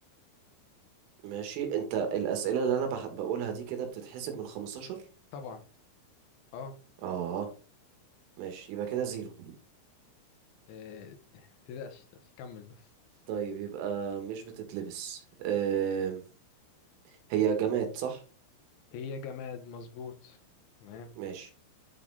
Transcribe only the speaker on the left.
طبعا اه
آه، تلاش تلاش كمل بس
هي جماد مظبوط تمام